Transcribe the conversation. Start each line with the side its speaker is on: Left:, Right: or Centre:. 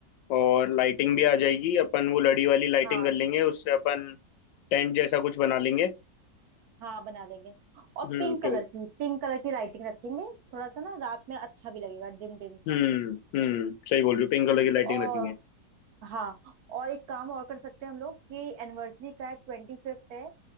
Left: और लाइटिंग भी आ जाएगी अपन वो लड़ी वाली लाइटिंग
Right: हाँ
Left: कर लेंगे उससे अपन टेंट जैसा कुछ बना लेंगे
Right: हाँ बना देंगे और
Left: हम्म
Right: पिंक कलर
Left: तो
Right: की पिंक कलर की लाइटिंग रखेंगे थोड़ा सा ना रात में अच्छा भी लगेगा डिम डिम सा
Left: हम्म हम्म सही बोल रही हो पिंक कलर की लाइटिंग
Right: और
Left: रखेंगे
Right: हाँ और एक काम और कर सकते हैं हम लोग कि एनिवर्सरी का है ट्वेंटी फिफ्थ है